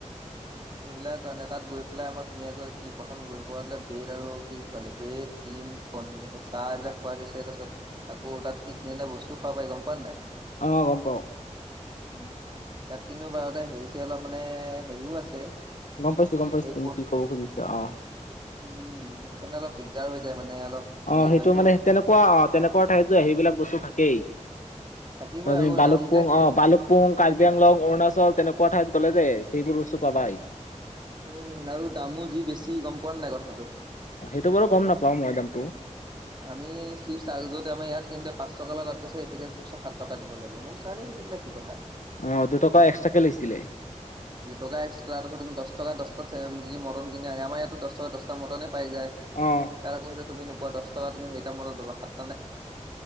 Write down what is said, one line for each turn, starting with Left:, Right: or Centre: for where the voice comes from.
Right: সেইবিলাক কাৰণে তাত গৈ পেলাই আমাক ধুনীয়াকৈ কি প্ৰথম গৈ পোৱালে ব্ৰেড আৰু কি খোৱালে ব্ৰেড। দিম, পন চাহ এইবিলাক খুৱাই লৈছে তাৰ পাছত আকৌ তাত কি ধুনীয়া ধুনীয়া বস্তুও খাব পাই গ'ম পোৱা নাই।
Left: অ' গ'ম পাওঁ।
Right: উম, তাত কিন্তু বাৰুতে হেৰিছে অলপ মানে হেৰিও আছে।
Left: গ'ম পাইছোঁ, গ'ম পাইছো,
Right: এই
Left: তুমি কি ক'ব খুজিছা অ'।
Right: উম, সেইকাৰণে অলপ দিগদাৰ হৈ যায় মানে অলপ। হেৰি
Left: অ' সেইটো
Right: হয়তো
Left: মানে তেনেকুৱা অ' তেনেকুৱা ঠাইত যে সেইবিলাক বস্তু থাকেই।
Right: থাকিবই
Left: তুমি
Right: আকৌ
Left: বালুক
Right: দাম বিলাক
Left: পুং অ' বালুক পুং, কাৰ্বি আংলং, অৰুণাচল তেনেকুৱা ঠাইত গ'লে দে সেইবোৰ বস্তু পাবাই।
Right: উম, আৰু দামো যি বেছি গ'ম পোৱা নে নাই কথাটো।
Left: সেইটো বাৰু গ'ম নাপাওঁ, মই দামতো।
Right: আমি চিপছ আৰু য'ত আমাৰ ইয়াত কিনু পাঁচ টকা লয় তাত কৈছে এই পেকেট চিপছ সাত টকা দিব লাগিব, মই কৈছো আৰে কি কথা?
Left: অ' দুটকা এক্সট্ৰাকে লৈছিলে।
Right: দুটকা এক্সট্ৰ তাৰপিছত তুমি দশ টকা দশটা যদি মৰ্টন কিনা আমাৰ ইয়াতটো দহ টকা দহ। মটনে পাই যায়,
Left: অ',
Right: তাত আকৌ তুমি নোপোৱা দহ টকা তুমি সেইটা মৰ্টন পাবা সাত।